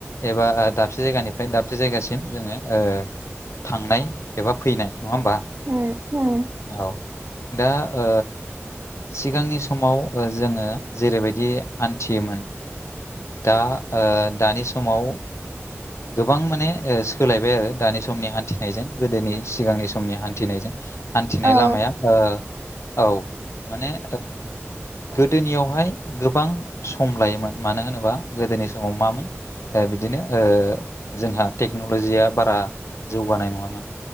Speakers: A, on the left (about 75°); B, on the right (about 45°).
A: एबा दाबसे जायगानिफ्राय दाबसे जायगासिम जोङो ओ थांनाय एबा फैनाय नङा होमबा?
B: उम उम
A: औ दा आ सिगांनि समाव जोङो जेरैबायदि हान्थियोमोन दा ओ दानि समाव गोबां माने ओ सोलायबाय आरो दानि समनि हान्थिनायजों गोदोनि सिगांनि समनि हान्थिनायजों हान्थिनाय
B: औ
A: लामाया ओ औ माने गोदोनियावहाय गोबां सम लायोमोन मानो होनोबा गोदोनि समाव मामोन ओ बिदिनो ओ जोंहा टेक्नलजिया बारा जौगानाय नङामोन